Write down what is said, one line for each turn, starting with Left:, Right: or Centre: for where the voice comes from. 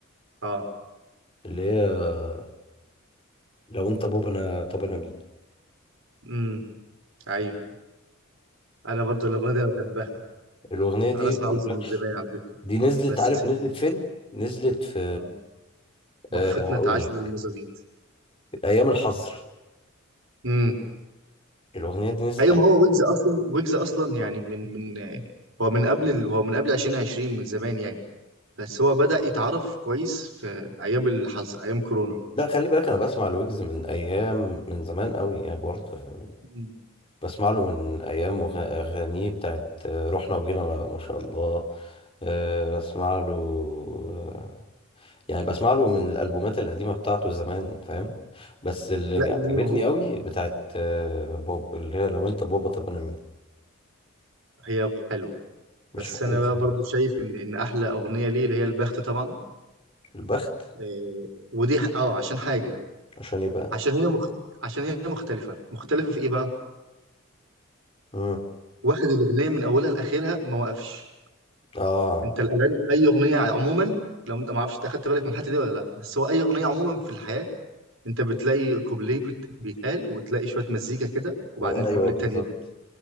Right: اه
Left: اللي هي لو انت بابا انا طب انا مين
Right: امم ايوه انا برضو الاغنيه دي انا بحبها
Left: الاغنية دي
Right: انا بسمع
Left: بقول
Right: ويجز من
Left: لك
Right: زمان على فكره
Left: دي نزلت
Right: بس
Left: عارف نزلت فين نزلت في
Right: اه بفتنا
Left: أه هقول
Right: اتعاش
Left: لك
Right: للمزابيط
Left: ايام الحظر
Right: امم
Left: الاغنية دي نزلت
Right: ايوه ما هو ويجز اصلا ويجز اصلا يعني من من هو من قبل ال- هو من قبل 2020 من زمان يعني بس هو بدأ يتعرف كويس في أيام الحظر أيام كورونا
Left: لا خلي بالك انا بسمع الويجز من ايام من زمان قوي يعني برضه يعني من-
Right: مم.
Left: بسمع له من ايام وغ- اغانيه بتاعت آه، رحنا وجينا ما شاء الله آه، بسمع له آه، يعني بسمع له من الالبومات القديمه بتاعته زمان فاهم بس اللي
Right: لا
Left: عجبتني
Right: ليه هو
Left: قوي بتاعت آه، بوب اللي هي لو انت بابا طب انا مين
Right: هي حلوة
Left: مش
Right: بس
Left: فاكر
Right: أنا
Left: اسمها
Right: بقى برضو
Left: بس
Right: شايف إن إن أحلى أغنية ليه اللي هي البخت طبعا
Left: البخت
Right: آه، ودي ح- أه عشان حاجة
Left: عشان يبقى
Right: عشان هي مخت... عشان هي مختلفة مختلفة في إيه بقى؟
Left: امم
Right: واخد الأغنية من أولها لآخرها ما وقفش
Left: اه
Right: أنت الأغاني أي أغنية عموما لو أنت ما أعرفش أنت أخدت بالك من الحتة دي ولا لأ بس هو أي أغنية عموما في الحياة أنت بتلاقي كوبليه بت... بيتقال وتلاقي شوية مزيكا كده وبعدين
Left: وايوه
Right: كوبليه
Left: بالظبط
Right: تاني